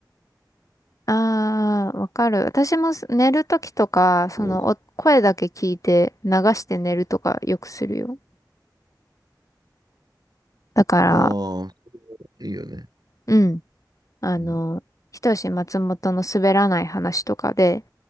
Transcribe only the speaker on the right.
構多いか
ら。ああ、いいよね。
うん、